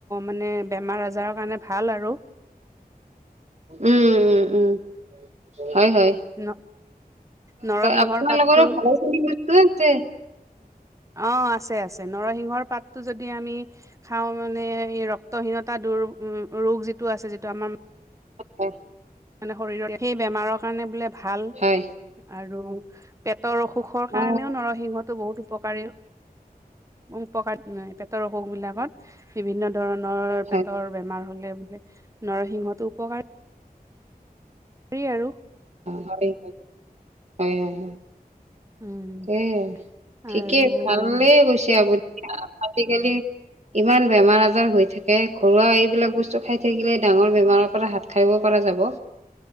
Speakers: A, on the right; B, on the right.
A: মানে বেমাৰ -আজাৰৰ কাৰণে ভাল আৰু।
B: উম উম উম। হয় হয়,
A: ন নৰসিংহৰ
B: আপোনাৰ
A: পাতটো
B: লগৰো ভালেখিনি বস্তু আছে।
A: <inaudible> অ আছে আছে ন, ৰসিংহৰ পাতটো যদি আমি খাওঁ মানে ৰক্তহীনতা দূৰ উম, ৰোগ যিটো আছে যিটো আমাৰ
B: হয় হয়।
A: মানে শৰীৰৰ সেই বেমাৰৰ কাৰণে বোলে ভাল
B: হয়
A: আৰু পেট তৰ অসুখৰ কাৰণেও
B: অ
A: নৰসিংহটো বহুত উপকাৰী, উপকাৰ পেটৰ অসুখবিলাকত বিভিন্ন ধৰণৰ
B: হয়
A: পেটৰ বেমাৰ হ'লে বোলে নৰসিংহতো উপকাৰ ৰি আৰু।
B: হয় হয় হয়।
A: উম
B: এ
A: আৰু
B: ঠিকেই ভালেই কৈছে আপুনি আজিকালি ইমান বেমাৰ -আজাৰ হৈ থাকে, ঘৰুৱা এইবিলাক বস্তু খাই থাকিলে ডাঙৰ বেমাৰৰ পৰা হাত সাৰিব পৰা যাব।